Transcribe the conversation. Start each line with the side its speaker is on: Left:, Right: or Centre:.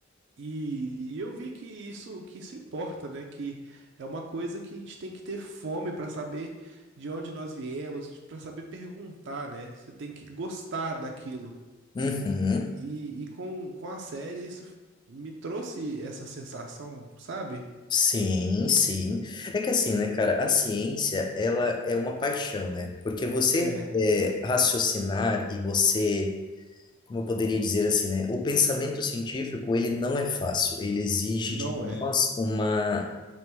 Right: E, e eu vi que isso, que isso importa, né? Que é uma coisa que a gente tem que ter fome para saber de onde nós viemos, para saber perguntar, né? Você tem que gostar daquilo.
Left: uhum.
Right: E, e com, com a série, isso me trouxe essa sensação, sabe?
Left: Sim, sim. É que assim, né, cara, a ciência, ela é uma paixão, né? Porque você
Right: É,
Left: é, raciocinar e você, como eu poderia dizer assim, né, o pensamento científico, ele não é fácil, ele exige
Right: não
Left: de nós
Right: é.
Left: uma